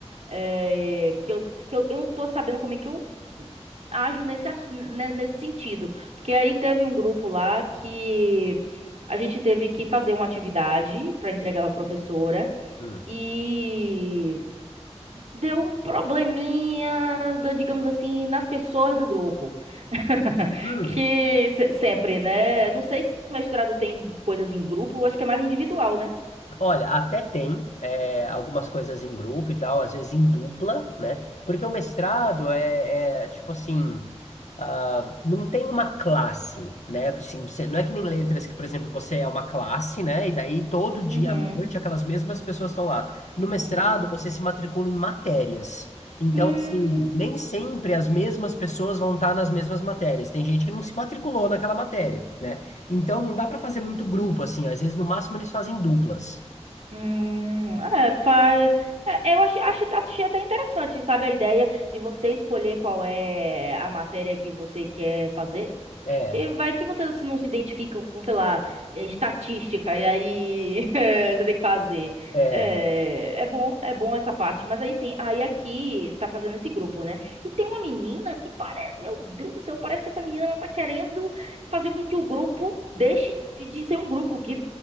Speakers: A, on the right; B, on the left.
A: é, que eu que eu, eu não tô sabendo como é que eu ajo nesse, ass- né, nesse sentido. Porque aí teve um grupo lá que a gente teve que fazer uma atividade para entregar para a professora.
B: hum,
A: E deu um probleminha, do- digamos assim, nas pessoas do grupo. <laughs>
B: hum.
A: Que se- sempre, né? Não sei se no mestrado tem coisas em grupo, eu acho que é mais individual, né?
B: Olha, até tem é, algumas coisas em grupo e tal, às vezes em dupla, né? Porque o mestrado é, é tipo assim. ah, não tem uma classe, né? Assim, você, não é que nem letras que, por exemplo, você é uma classe, né? E daí todo dia
A: Uhum,
B: à noite aquelas mesmas pessoas estão lá. No mestrado,
A: uhum.
B: você se matricula em matérias. Então,
A: Hum,
B: assim, nem sempre as mesmas pessoas vão estar nas mesmas matérias. Tem gente que não se matriculou naquela matéria, né? Então, não dá para fazer muito grupo, assim. Às vezes, no máximo, eles fazem duplas.
A: hum, é, faz. é, eu acho, acho, achei até interessante, sabe, a ideia de você escolher qual é a matéria que você quer fazer.
B: É,
A: Que vai que você se- não se identifica com, sei lá, eh, estatística, e aí <laughs> eh, você tem que fazer.
B: é.
A: É, é bom, é bom essa parte. Mas aí sim, aí aqui tá fazendo esse grupo, né? E tem uma menina que parece, meu Deus do céu, parece que essa menina ela tá querendo fazer com que o grupo deixe de de ser um grupo, que,